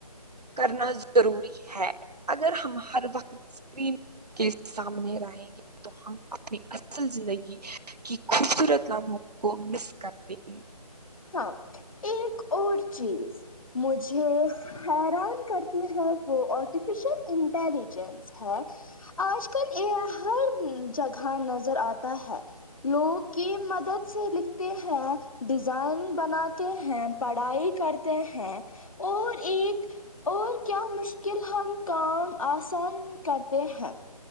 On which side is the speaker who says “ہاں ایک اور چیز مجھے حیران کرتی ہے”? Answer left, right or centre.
Left